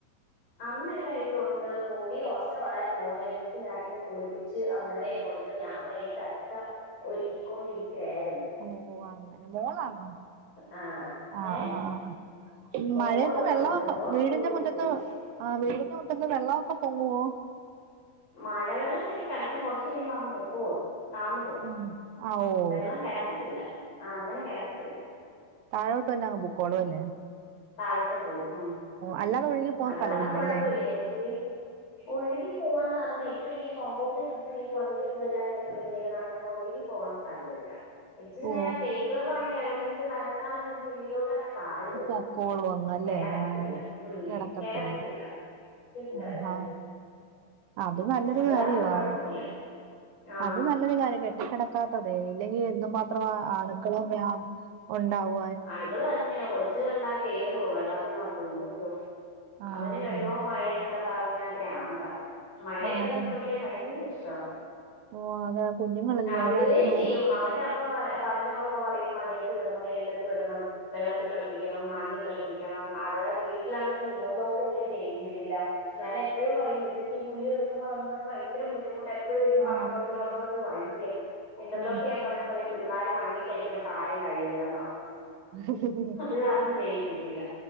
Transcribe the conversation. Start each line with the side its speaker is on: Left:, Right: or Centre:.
Left: അമ്മയെല്ലാം ഇവിടൊണ്ട് പൊടി ഉറക്കവായിരുന്നു അവള് എണീറ്റു ഞാനിപ്പോ കുളിപ്പിച്ച് അമ്മേടെ കൊടുത്ത് ഞാൻ പയ്യെ ചക്ക ഒരുക്കിക്കൊണ്ടിരിക്കുവായിരുന്നു
Right: ഓ അങ്ങനെ മോളാണോ
Left: ആ
Right: ആ
Left: ഏ
Right: ആ ആ ആ
Left: മോൾ
Right: മഴയത്ത്
Left: ഇവിടെ
Right: വെള്ളൊക്കെ
Left: ഉണ്ട് മോൾ
Right: വീടിന്റെ
Left: സ്കൂളിൽ
Right: മുറ്റത്ത്
Left: പോയി
Right: ആ വീടിന്റെ മുറ്റത്ത് വെള്ളമൊക്കെ പൊങ്ങുവോ
Left: മഴവെള്ളം കെട്ടികിടക്കും കൊറച്ചുകഴിയുമ്പോ അങ്ങുപൊക്കോളും താന്നുപോയി
Right: ഉം ആഹ് ഓ
Left: വെള്ളം കെടക്കത്തില്ല ആ അങ്ങനെ കെടക്കത്തില്ല
Right: താഴോട്ടുതന്നെ അങ്ങ് പൊക്കോളുവല്ലേ
Left: താഴോട്ടുപോവും ഉം
Right: അല്ലാതെ ഒഴുകി പോകാൻ
Left: അതുകാരണം
Right: സ്ഥലമില്ലല്ലേ
Left: കൊഴപ്പവില്ല അല്ലെങ്കി ഒഴുകി പോവാൻ ന്ന് പറഞ്ഞ ഇപ്പൊ ഈ കോമ്പൗണ്ടിൽ ചുറ്റും ഈ മതിലും ഇതുവെല്ലാം കെട്ടിവെച്ചെക്കുന്നകാരണം അങ്ങനെ ഒഴുകി പോവാൻ സ്ഥലവില്ല ഇച്ചിരിനേരം
Right: ഓ
Left: ആ പെയ്ത്തുവെള്ളം ആണെങ്കി അതങ്ങോട്ട് തന്നതാനങ്ങ് ഭൂമിയിലോട്ടുതന്നെ താഴുവത്
Right: പൊക്കോളും അങ്ങ് അല്ലേ
Left: കെടക്കത്തില്ല
Right: ആഹ്
Left: ഉം
Right: കിടക്കത്തില്ല
Left: കെടക്കത്തില്ല കിടക്കത്തില്ല
Right: ആഹാ അത് നല്ലൊരു
Left: അത്
Right: കാര്യവാ
Left: കാരണം കുഴപ്പമില്ല ആ
Right: അത് നല്ലൊരു കാര്യ കെട്ടിക്കട ക്കാത്തത് ഇല്ലെങ്കിൽ എന്തു മാത്രം അണുക്കളും ഉണ്ടാവു
Left: അണുക്കൾ തന്നെയ കൊച്ചു കണ്ടാ കേറോ വെള്ളത്തിനകത്ത്ന്നോ
Right: ആ
Left: അവന്
Right: അതെ
Left: വെള്ളവും മഴ എന്നൊക്കെ പറഞ്ഞ പ്രാന്താ മഴയത്തിറങ്ങി
Right: ആ അതെ
Left: കളിക്കാൻ ഭയങ്കര ഇഷ്ടമാ
Right: ഓ അതെ കുഞ്ഞുങ്ങളല്ലേ
Left: ആഹ് വിടുകയും
Right: അവരാണെങ്കി
Left: ചെയ്യും
Right: ഓ
Left: അവന്റെ പപ്പ പറ അവന്റെ പപ്പ പറയും മഴയത്ത് വിടണം വെയിലത്ത് വിടണം വെള്ളത്തിൽ കളിപ്പിക്കണം മണ്ണി കളിപ്പിക്കണം അത് വീട്ടിലാണെങ്കിൽ ഇന്റർലോക്ക് പോലും ചെയ്യിച്ചിട്ടില്ല ഞാന് എപ്പോഴും പറയും മുറ്റത്തെ ഈ പുല്ല് കിളിർക്കുമ്പോ നമുക്ക് അങ്ങ് ഭയങ്കര ബുദ്ധിമുട്ട ഫുൾ ഇരുന്ന് പറച്ച്ച്ച്
Right: ആ
Left: പറച്ച് പറച്ച് വയ്യ ഇന്റർലോക്ക്
Right: ആ
Left: ഞാൻ പറയാ പിള്ളേർ മണ്ണിക്കളിക്കുന്ന പ്രായം കഴിയട്ടെന്ന് പറയും
Right: അ
Left: അത് കാരണം ചെയ്യിചിട്ടില്ല